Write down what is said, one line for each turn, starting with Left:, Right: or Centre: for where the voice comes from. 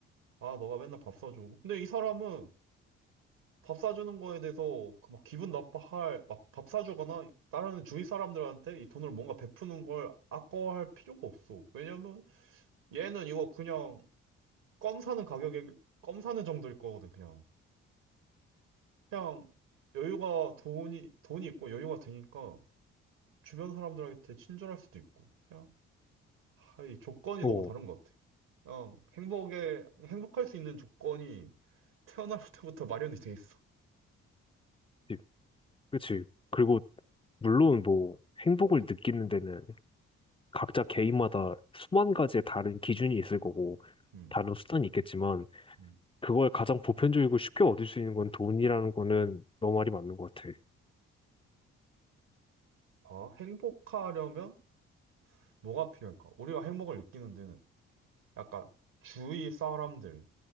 Right: 아, 너가 맨날 밥 사줘. 근데 이 사람은 밥 사주는 거에 대해서 그 막 기분 나빠할, 막 밥 사주거나 다른 주위 사람들한테 이 돈을 뭔가 베푸는 걸 아까워할 필요가 없어. 왜냐면 얘는 이거 그냥 껌 사는 가격에, 껌 사는 정도일 거거든, 그냥. 그냥 여유가 돈이 돈이 있고 여유가 되니까 주변 사람들한테 친절할 수도 있고 그냥 하, 이 조건이
Left: 어,
Right: 너무 다른 것 같아. 그냥 행복에 행복할 수 있는 조건이 태어날 <laughs> 때부터 마련이 돼 있어.
Left: 그치. 그치. 그리고 물론 뭐 행복을 느끼는 데는 각자 개인마다 수만 가지의 다른 기준이 있을 거고
Right: 음,
Left: 다른 수단이 있겠지만
Right: 음.
Left: 그걸 가장 보편적이고 쉽게 얻을 수 있는 건 돈이라는 거는 너 말이 맞는 것 같아.
Right: 다 행복하려면 뭐가 필요할까? 우리가 행복을 느끼는 데는 약간 주위 사람들이